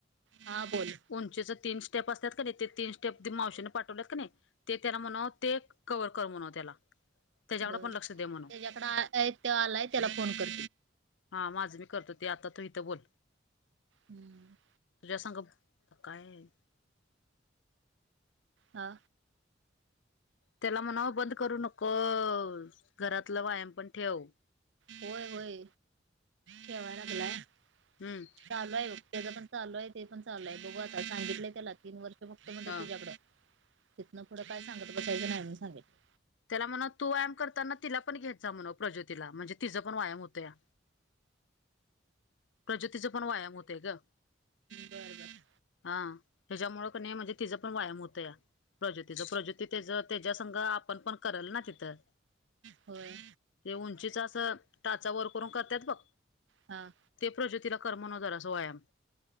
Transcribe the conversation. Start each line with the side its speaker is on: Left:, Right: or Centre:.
Right: हा बोल
Left: उंचीच तीन स्टेप असतात का नाही. ते तीन स्टेप मावशीने पाठवलेत का नाही. ते त्याना म्हणाव ते कवर कर म्हणाव त्याला. त्याच्याकडे
Right: बर,
Left: पण लक्ष दे म्हणाव
Right: त्याच्याकड, तो आलाय त्याला फोन कर.
Left: हा माझ मी करतो ते, आता तू इथं बोल.
Right: हम्म.
Left: तुझ्या संग, काय?
Right: हा.
Left: त्याला म्हणावं बंद करू नकोस. घरातलं व्यायाम पण ठेव.
Right: होय होय, ठेवाय लागलाय.
Left: हम्म.
Right: चालूये बघ त्याच पण चालूये. ते पण चालूये. बघू आता सांगितलंय त्याला तीन वर्ष बगतो म्हणलोय
Left: ह
Right: तुझ्याकडं, तिथनं पुढं काय सांगत बसायच नाही मनुन सांगितलय.
Left: त्याला म्हणा तू व्यायाम करताना ति पण घेत जा म्हणव. प्रजोतीला. म्हणजे तिचां पण व्यायाम होतोया. प्रजोतीचा पण व्यायाम होतय ग.
Right: बर बर.
Left: हा त्याच्यामुळं क नाही म्हणजे तिचा पण व्यायाम होतया. प्रज्यतीच प्रज्यती त्याच त्याच्या संघ आपण पण करल ना तिथं.
Right: होय.
Left: ते उंचीच असं टाचा वर करून करतात बघ.
Right: हा..
Left: ते प्रज्योतीला करमन व जरासं व्यायाम